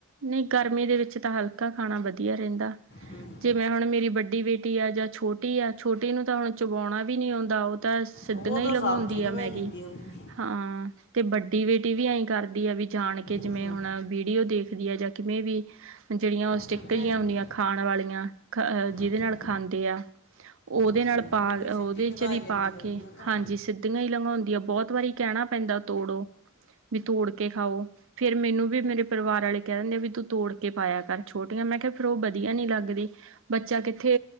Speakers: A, on the right (about 65°); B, on the left (about 55°).
A: ਨਹੀ ਗਰਮੀ ਦੇ ਵਿਚ ਤਾਂ ਹਲਕਾ ਖਾਣਾ ਵਧੀਆ ਰਹਿਦਾ।
B: ਹਮ,
A: ਜਿਵੇਂ ਹੁਣ ਮੇਰੀ ਵਡੀ ਬੇਟੀ ਆ ਜਾਂ ਛੋਟੀ ਆ ਛੋਟੀ ਨੂੰ ਤਾਂ ਹੁਣ ਚਬਾਉਣਾ ਵੀ ਨਹੀ ਆਉਦਾ ਉਹ ਤਾਂ। ਸਿੱਧੀਆਂ
B: ਉਹ ਤਾਂ
A: ਹੀ ਲਗਾਉਦੀ
B: ਸਾਫ ਤੇ ਨਿਗਾਹ
A: ਆ ਮੈਗੀ।
B: ਜਾਂਦੀ ਹੋਊਗੀ
A: ਹਾਂ ਤੇ ਵਡੀ ਬੇਟੀ ਵੀ ਐ ਕਰਦੀ ਆ, ਵੀ ਜਾਣ ਕੇ ਜਿਵੇ।
B: ਅੱਛਾ
A: ਨਾਲ ਵੀਡੀਓ ਦੇਖਦੀ ਹੈ। ਜਾਂ ਕਿਵੇ ਵੀ ਜਿਹੜੀਆਂ ਉਹ ਸਟਿੱਕਾ
B: ਸਿੱਧੇ
A: ਜਿਹੀਆਂ
B: ਨ-
A: ਹੁੰਦੀਆਂ ਉਹ। ਖਾਣ ਵਾਲੀਆਂ ਜਿਹਦੇ
B: ਅੱਛਾ
A: ਨਾਲ ਖਾਂਦੇ ਆ। ਉਹਦੇ
B: ਅੱਛਾ
A: ਨਾਲ ਪਾ
B: ਉਹ ਵੀ
A: ਉਹਦੇ
B: ਸਿੱਧੀ ਨਿਗਾਹ
A: 'ਚ ਦੀ
B: ਜਾਂਦੀ
A: ਪਾ
B: ਹੋਊਗੀ
A: ਕੇ
B: ਉਹ ਤਾਂ
A: ਹਾਂਜੀ ਸਿੱ ਸਿੱਧੀਆਂ ਹੀ ਲੰਘਉਦੀਆਂ ਬਹੁਤ ਵਾਰੀ ਕਹਿਣਾ ਪੈਂਦਾ ਤੋੜੋ ਵੀ ਤੋੜ ਕੇ ਖਾਓ ਫੇਰ ਮੈਨੂੰ ਵੀ ਮੇਰੇ ਪਰਿਵਾਰ ਵਾਲੇ ਕਹਿ ਦਿੰਦੇ ਆ ਵੀ ਤੂੰ ਤੋੜ ਕੇ ਪਾਇਆ ਕਰ ਛੋਟੀਆਂ ਮੈ ਕਿਹਾ ਫਿਰ ਉਹ ਵਧੀਆ ਨੀ ਲੱਗਦੀਆ। ਬੱਚਾ ਕਿਥੇ